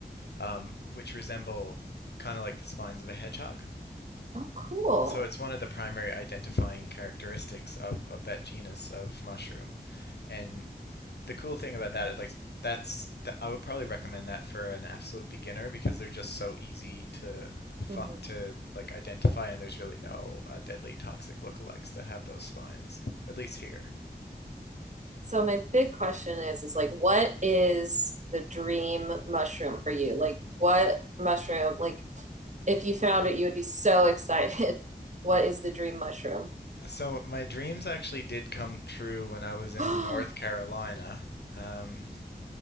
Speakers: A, on the left; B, on the right.
A: um, which resemble kind of like the spines of a hedgehog.
B: Oh, cool.
A: So it's one of the primary identifying characteristics of, of that genus of mushroom. And the cool thing about that, like that's the, I would probably recommend that for an absolute beginner because they're just so easy to fi-
B: hmm
A: to like identify, and there's really no uh, deadly toxic lookalikes that have those spines, at least here.
B: So my big question is is like what is the dream mushroom for you? Like what mushroom, like if you found it, you would be so <laughs> excited. What is the dream mushroom? <gasps>
A: So my dreams actually did come true when I was in
B: Oh,
A: North Carolina. Um,